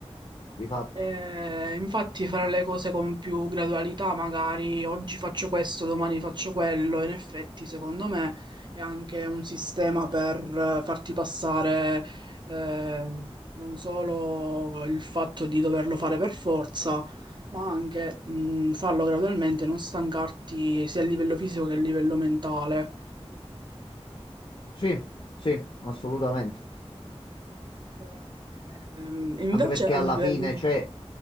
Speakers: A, on the left; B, on the right.
A: di fatti.
B: eh, infatti fare le cose con più gradualità, magari oggi faccio questo, domani faccio quello, in effetti secondo me è anche un sistema per eh, farti passare eh, non solo il fatto di doverlo fare per forza, ma anche mh, farlo gradualmente, non stancarti sia a livello fisico che a livello mentale.
A: Sì, sì, assolutamente.
B: Eh, ehm, invece
A: Anche perché
B: a
A: alla
B: livello...
A: fine, cioè,